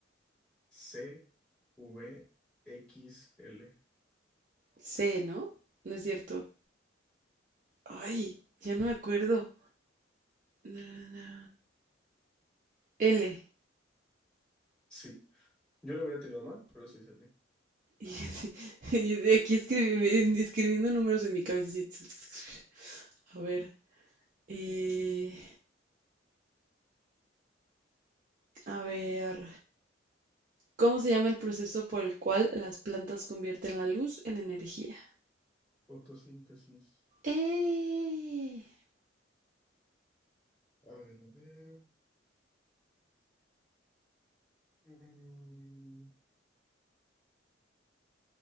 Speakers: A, in the centre; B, on the right.
A: c v x l
B: C, ¿no? No es cierto. Ay, ya no me acuerdo. Na, na, na. L. <laughs>
A: Sí, yo lo hubiera tenido mal, pero sí sale.
B: Y yo así- <laughs> y de aquí escribi- escribiendo números en mi cabeza así. <tsk> A ver. eh, A ver, ¿cómo se llama el proceso por el cual las plantas convierten la luz en energía?
A: Fotosíntesis.
B: ¡Eh!
A: A ver, a ver. Mm,